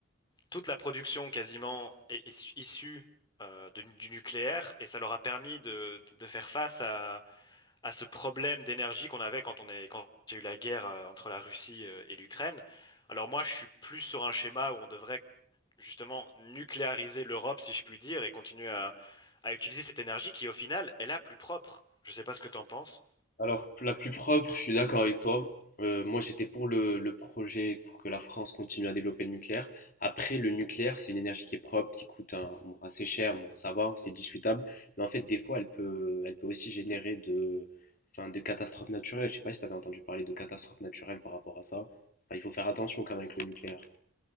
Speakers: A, on the left; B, on the left.
A: toute la production quasiment est, est issue euh, de- du nucléaire et ça leur a permis de, de faire face à, à ce problème d'énergie qu'on avait quand on est, quand il y a eu la guerre euh, entre la Russie euh, et l'Ukraine. Alors moi, je suis plus sur un schéma où on devrait justement nucléariser l'Europe, si je puis dire, et continuer à, à utiliser cette énergie qui, au final, est la plus propre. Je sais pas ce que t'en penses.
B: Alors, la plus propre, je suis d'accord avec toi. Euh, moi, j'étais pour le, le projet pour que la France continue à développer le nucléaire. Après, le nucléaire, c'est une énergie qui est propre, qui coûte un- bon, assez cher. Bon, ça va, c'est discutable. Mais en fait, des fois, elle peut, elle peut aussi générer de, enfin, de catastrophes naturelles. Je sais pas si tu avais entendu parler de catastrophes naturelles par rapport à ça. Enfin, il faut faire attention quand même avec le nucléaire.